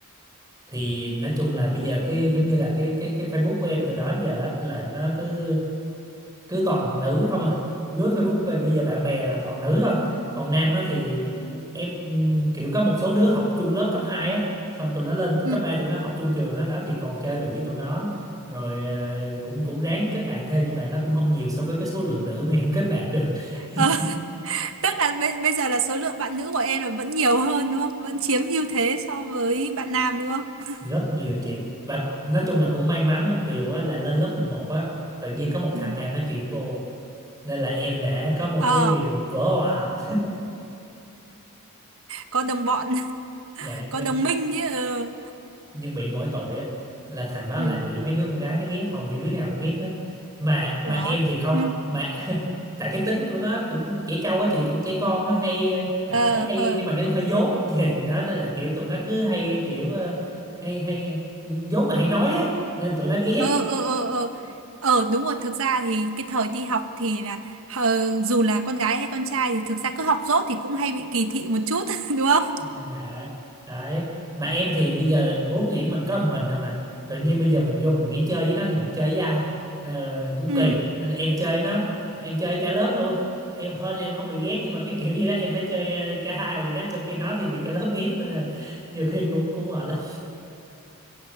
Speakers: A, on the right (about 15°); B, on the right (about 65°).
A: thì nói chung là bây giờ cái giống như là cái cái cái Facebook của em từ đó đến giờ á, là nó cứ cứ toàn nữ không à lướt Facebook về bây giờ bạn bè là toàn nữ thôi còn nam á thì em ừm, kiểu có một số đứa học chung lớp cấp 2 á xong tụi nó lên
B: Ừ.
A: cấp 3 tụi nó học chung trường á đó thì còn chơi được với tụi nó rồi ờ, cũng cũng ráng kết bạn thêm nhưng mà nó cũng không nhiều so với cái số lượng nữ mà em kết bạn được <laughs>
B: Ờ, tức là bây, bây giờ là số lượng bạn nữ của em là vẫn nhiều hơn đúng không? Vẫn chiếm ưu thế so với bạn nam đúng không?
A: rất nhiều chị và nói chung là cũng may mắn một điều á, là lên lớp 11 á tự nhiên có một
B: Ừ.
A: thằng nam nó chuyển vô nên là em đã có một
B: Ờ,
A: cái điều vỡ òa
B: có đồng bọn, <laughs>
A: dạ
B: có
A: nhưng
B: đồng minh chứ. Ờ,
A: nhưng bị mỗi tội á là thằng đó
B: ừ.
A: lại bị mấy đứa con gái nó ghét hầu như đứa nào cũng ghét á mà mà
B: Ủa?
A: em thì không
B: Ừ.
A: mà <laughs> tại cái tính của nó cũng trẻ trâu á chị cũng trẻ con á hay ờ, cãi
B: Ờ,
A: hay
B: ờ,
A: nhưng mà nó hơi dốt <laughs> Thì đó nên là kiểu tụi nó cứ hay kiểu ờ, hay hay ừ, dốt mà hay nói á nên tụi nó ghét
B: ờ, ờ, ờ, ờ. Ờ, đúng rồi, thực ra thì cái thời đi học thì là ờ, dù là con gái hay con trai thì thực ra cứ học dốt thì cũng hay bị kỳ thị một chút <laughs> đúng không?
A: Dạ, đấy. Mà em thì bây giờ vốn dĩ mình có một mình rồi mà. Tự nhiên bây giờ mình vô mình nghỉ chơi với nó thì mình chơi với ai? Ờ, cũng
B: Ừ.
A: kỳ. Nên em chơi nó, em chơi cả lớp luôn. Em hơn là em không bị ghét nhưng mà cái kiểu gì đó em phải chơi ờ, cả hai gì đó trong khi nó thì bị cả lớp ghét nên là nhiều khi cũng cũng mệt lắm.